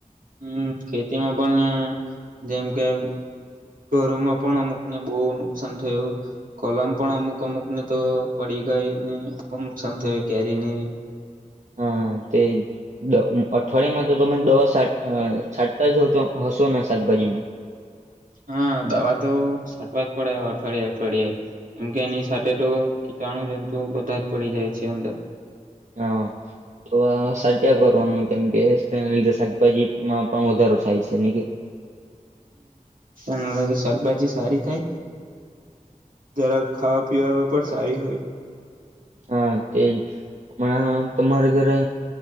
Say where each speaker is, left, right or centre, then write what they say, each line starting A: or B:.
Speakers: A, on the right; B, on the right.
A: હમ ખેતીમાં પણ જેમ કે ઘરોમાં પણ અમુકને બહુ નુકસાન થયું કોલમ પણ અમુક અમુકને તો પડી ગઈ ને બહુ નુકસાન થયું કેરીને.
B: હા તે અઠવાડિયામાં તો તમે દવા છાંટતા જ તો હશો ને શાકભાજીમાં.
A: હા દવા તો સાટવા જ પડે અઠવાડિયે અઠવાડિયે એમ કે એની સાથે તો કીટાણુ જંતુ બધા જ પડી જાય છે અંદર.
B: હા તો સાટા કરવાનું કેમ કે તેના લીધે શાકભાજીમાં પણ વધારો થાય છે ન કે.
A: હમને લ શાકભાજી સારી થાય જરા ખાવા પીવા પણ સારી હોય.
B: હા તેજ હણા તમારે ઘરે